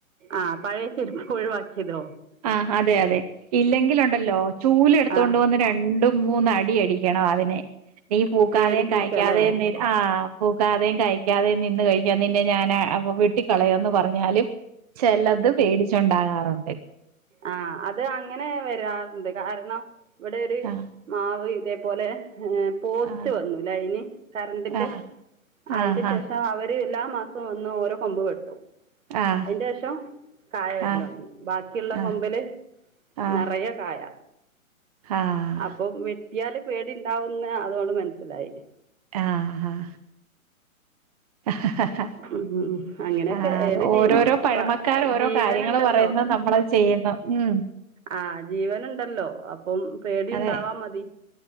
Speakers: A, on the right; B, on the right.
A: ആഹ് പഴയ ചെരുപ്പ് ഒഴിവാക്കിയതോ?
B: ആഹ് അതെ അതെ ഇല്ലെങ്കിലുണ്ടല്ലോ ചൂലടുതു
A: ആ
B: കൊണ്ട് വന്ന് രണ്ടും മൂന്ന് അടിയടി ക്ക്യണോ അതിനെ നീ പൂക്കാതെയും
A: പേടിപ്പിക്കുക
B: കഴിക്കാതെയും
A: അല്ലേ
B: ന്തേ ആഹ് പൂക്കാതെയും കഴിക്കാതെയും നിന്ന് കഴിഞാ നിന്നെ ഞാനാ വെട്ടിക്കളയന്ന് പറ ഞാലും ചിലത് പേടിച്ചുണ്ടാകാറുണ്ട്.
A: ആഹ് അത് അങ്ങനെ വരാറുണ്ട് കാരണം വിടെ ഒരു
B: ആഹ്
A: മാവ് ഇതേപോലെ ഏഹ് പോസ്റ്റ്
B: ആഹ്
A: വന്നു ലൈൻ കരണ്ടിന്റെ
B: ആഹ്
A: അയ്ന്റെ
B: ആഹ്
A: ശേഷവര് എല്ലാ മാസവും ഒന്ന് ഓരോ കൊമ്പ് വെട്ടും.
B: ആഹ്
A: അയ്ന്റെഷം കായ വരലൊടങ്ങി
B: ആഹ്
A: ബാക്കിയുള്ള
B: ആഹ്
A: കൊമ്പല്
B: ആഹ്
A: നിറ രെയ കായ
B: ആഹ്
A: അപ്പൊ പി ട്ട്യാല് പേടിണ്ടാവുന്ന് അതോണ്ട് മനസ്സിലായി.
B: ആഹ് ഹ ഹ ഹ
A: ഉം അങ്ങനെയൊക്കെ
B: ആത്
A: ഏത്
B: ഓരോരോ
A: ജീ
B: പഴമക്കാർ
A: പ
B: ഓരോ
A: ജീവനുണ്ടല്ലോ
B: കാര്യങ്ങൾ പറയുന്നത് നമ്മളഹ് ചെയ്യുന്നു ഉം
A: ആഹ് ജീവൻ ഉണ്ടല്ലോ അപ്പം പേടിണ്ടാവാ
B: അതെ
A: മതി.